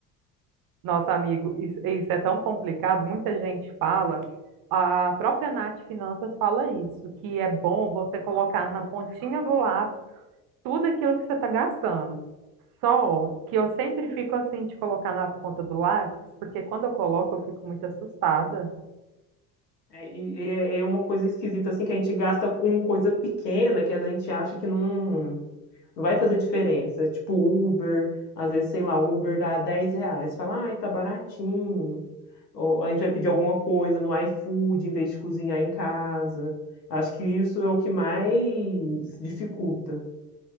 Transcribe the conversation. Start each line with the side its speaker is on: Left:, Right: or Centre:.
Right: Nossa, amigo, isso, isso é tão complicado. Muita gente fala, a própria Nath Finanças fala isso, que é bom você colocar na pontinha do lápis tudo aquilo que você está gastando. Só que eu sempre fico assim de colocar na ponta do lápis, porque quando eu coloco eu fico muito assustada.
Left: É, e- e é é uma coisa esquisita, assim, que a gente gasta com coisa pequena que a gente acha que não, não vai fazer diferença. Tipo Uber, às vezes, sei lá, Uber dá 10 reais. Fala, ai, tá baratinho. Ou a gente vai pedir alguma coisa no iFood em vez de cozinhar em casa. Acho que isso é o que mais dificulta.